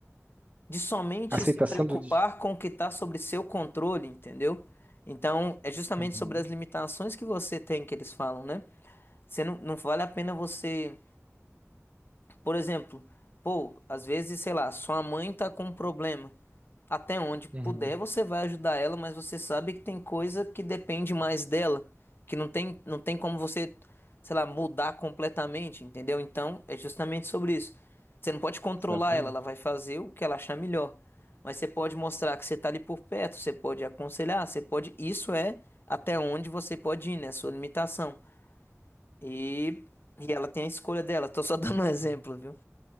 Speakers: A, on the left; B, on the right.
A: de somente
B: Aceitação
A: se preocupar
B: do. des-
A: com o que está sobre seu controle, entendeu? Então, é justamente
B: Uhum,
A: sobre as limitações que você tem que eles falam, né? Você não, não vale a pena você Por exemplo, pô, às vezes, sei lá, sua mãe tá com um problema. Até onde puder,
B: uhum.
A: você vai ajudar ela, mas você sabe que tem coisa que depende mais dela, que não tem, não tem como você, sei lá, mudar completamente, entendeu? Então, é justamente sobre isso. Você não pode controlar
B: Exatamente.
A: ela, ela vai fazer o que ela achar melhor. Mas você pode mostrar que você tá ali por perto, você pode aconselhar, você pode. Isso é até onde você pode ir, né? Sua limitação. E, e ela tem a escolha dela. Tô só <laughs> dando um exemplo, viu?